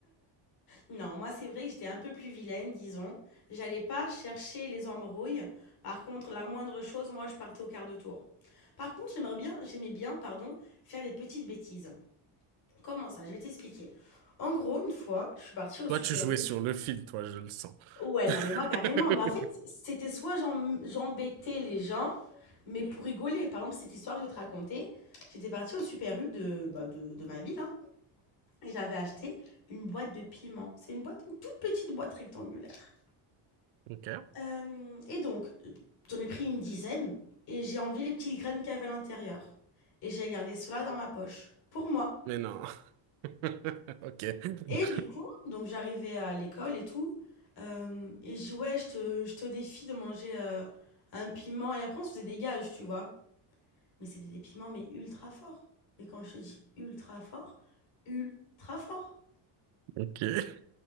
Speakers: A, on the left; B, on the right.
A: Non, moi c'est vrai que j'étais un peu plus vilaine, disons. J'allais pas chercher les embrouilles. Par contre, la moindre chose, moi je partais au quart de tour. Par contre, j'aimerais bien, j'aimais bien, pardon, faire des petites bêtises. Comment ça? Je vais t'expliquer. En gros, une fois, je suis partie au
B: Toi,
A: Super
B: tu jouais
A: U
B: sur le fil, toi, je le sens.
A: Ouais,
B: <laughs>
A: non, mais moi, carrément. Mais en fait, c'était soit j'em- j'embêtais les gens, mais pour rigoler. Par exemple, cette histoire que je vais te raconter, j'étais partie au Super U de, bah, de, de ma ville, hein, et j'avais acheté une boîte de piment. C'est une boîte, une toute petite boîte rectangulaire.
B: Ok.
A: Euh, et donc, euh, j'en ai pris une dizaine, et j'ai enlevé les petites graines qu'il y avait à l'intérieur. Et j'ai gardé cela dans ma poche. Pour moi.
B: Mais non. <laughs> Ok. <laughs>
A: Et du coup, donc j'arrivais à l'école et tout, euh, et je jouais, je te, je te défie de manger euh, un piment, et après on se faisait des gages, tu vois. Mais c'était des piments, mais ultra forts. Mais quand je te dis ultra fort, ultra fort.
B: Ok.